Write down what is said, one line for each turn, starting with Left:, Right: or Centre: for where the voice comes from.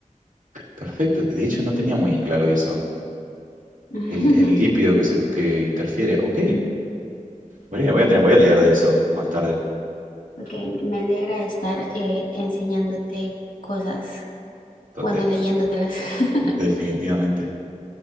Right: Perfecto. De hecho, no tenía muy en claro eso.
Left: <laughs>
Right: El, el lípido que, se, que interfiere. Ok. Voy a, voy a tener- voy a leer de eso más tarde.
Left: Ok, me alegra estar eh, enseñándote cosas,
Right: to-
Left: bueno,
Right: de-
Left: leyéndotelas. <laughs>
Right: definitivamente.